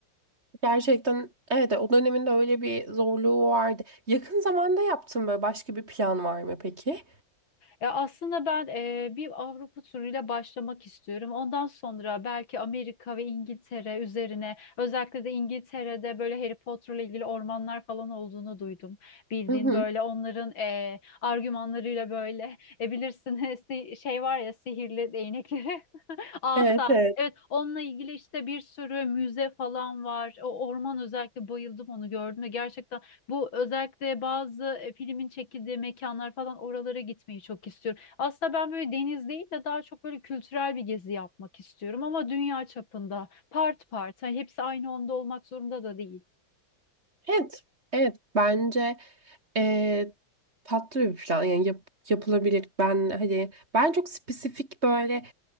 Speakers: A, on the right (about 35°); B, on the left (about 80°).
A: Gerçekten evet o döneminde öyle bir zorluğu vardı. Yakın zamanda yaptığın böyle başka bir plan var mı peki?
B: Ya aslında ben e, bir Avrupa turuyla başlamak istiyorum. Ondan sonra belki Amerika ve İngiltere üzerine, özellikle de İngiltere'de böyle Harry Potter'la ilgili ormanlar falan olduğunu duydum. Bildiğin
A: Hı hı.
B: böyle onların e, argümanlarıyla böyle e, bilirsin <laughs> si- şey var ya sihirli değnekleri. Asa.
A: Evet evet.
B: Evet, onunla ilgili işte bir sürü müze falan var. O orman özellikle bayıldım onu gördüm ve gerçekten bu özellikle bazı e, filmin çekildiği mekanlar falan oralara gitmeyi çok istiyorum. Aslında ben böyle deniz değil de daha çok böyle kültürel bir gezi yapmak istiyorum ama dünya çapında part part. Hani hepsi aynı onda olmak zorunda da değil.
A: Evet. Evet bence Ee, tatlı bir plan yani yap- yapılabilir. Ben hani ben çok spesifik böyle